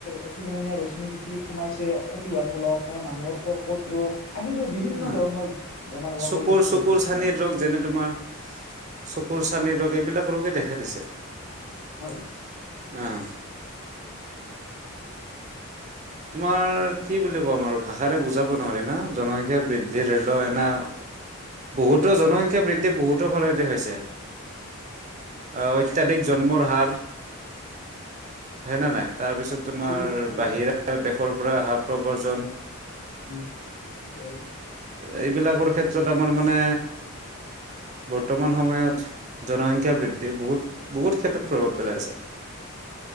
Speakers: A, on the left; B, on the right.
A: অটি বেঙুনীয়া ৰশ্মি পৃথিবিত সোঁমাইছে ক্ষতি হোৱাৰ ফলত মানুহৰ কৰ্কট ৰোগ আদিতো বিভিন্ন
B: হ
A: ধৰণৰ বেমাৰ হোৱা
B: চকুৰ-চকুৰ
A: পৰিলক্ষিত হৈছে বৰ্তমান
B: চানিৰ ৰোগ যেনে তোমাৰ চকুৰ চানি চানী ৰোগ এইবিলাক ৰোগে দেখা দিছে ।
A: হয়
B: অ তোমাৰ কি বুলি কম আৰু ভাষাৰে বুজাব নোৱাৰি না জনসংখ্য বৃদ্ধি ধৰি লও এনে বহুতো জনসংখ্যয়া বৃদ্ধি বহুতৰ ফালেদি হৈছে অহ অত্যয়াধিক জন্মৰ হাৰ। হেনে নাই তাৰপিছত তোমাৰ
A: চিকিৎসা
B: বাহিৰা দেশৰ পৰা আহা প্ৰব্ৰজন।
A: উম একেবাৰে ।
B: এইবিলাকৰ ক্ষেত্ৰত আমাৰ মানে বৰ্তমান সময়ত জনসংখ্য বৃদ্ধি বহুত-বহুত ক্ষেত্ৰত প্ৰভাৱ পেলাইছে